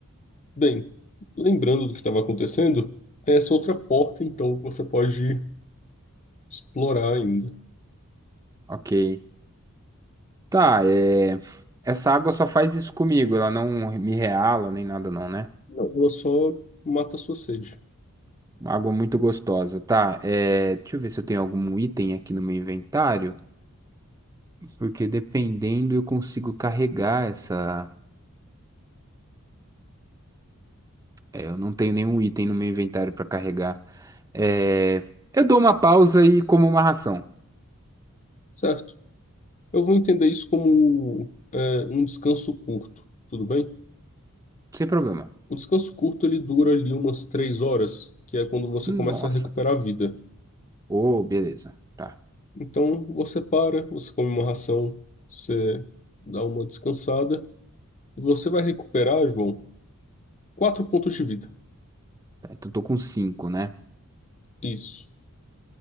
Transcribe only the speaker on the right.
ok. Tá, é... essa água só faz isso comigo, ela não me reala nem nada não, né?
Uma Água muito gostosa, tá? É... Deixa eu ver se eu tenho algum item aqui no meu inventário, porque dependendo eu consigo carregar essa... É, eu não tenho nenhum item no meu inventário pra carregar. É... Eu dou uma pausa e como uma ração,
sem problema.
Nossa.
oh beleza. Tá.
Tá, Então tô com 5, né?